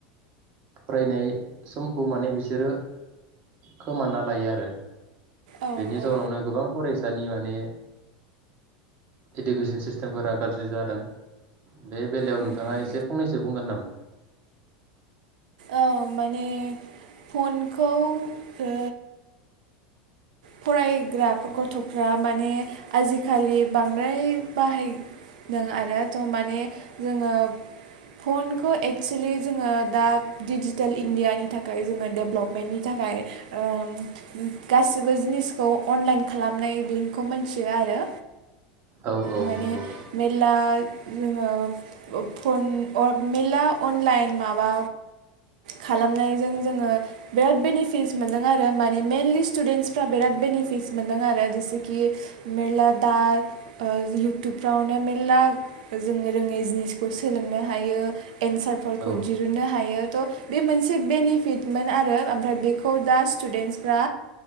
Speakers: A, on the right; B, on the right.
A: फरायनाय समखौ माने बिसोरो खोमाना लायो आरो।
B: औ
A: बेनि
B: औ
A: जाउनावनो गोबां फरायसा दानि माने इडुकेसन सिस्टेमफोरा गाज्रि जादों। बे बेलायाव
B: उम
A: नोंथाङा
B: उम
A: एसे फंनैसो जे बुंगोन नामा?
B: औ माने फनखौ ओ फरायग्रा गथ'फ्रा माने आजिखालि बांद्राय बाहायदों आरो थ' माने जोङो फनखौ एक्सलि जोङो दा डिजिटेल इण्डियानि थाखाय जोङो डेभलपमेन्टनि थाखाय ओम गासिबो जिनिसखौ अनलाइन खालामनायखौ मिथियो आरो
A: औ औ
B: माने
A: नंगौ
B: मेरला जोङो फन मेरला अनलाइन माबा खालामनायजों जोङो बिराद बेनिफिटस मोनदों आरो माने मेइेनलि स्टुडेन्सफ्रा बिराद बेनिफिटस मोनदों आरो जेसेखि मेरला दा इयउटुबफ्रावनो मेर्ला जोङो रोङै जिनिसखौ सोलोंनो हायो एन्सारफोरखौ
A: औ
B: दिहुननो हायो थ' बे मोनसे बेनिफिटमोन आरो ओमफ्राय बेखौ दा स्टुडेन्टसफ्रा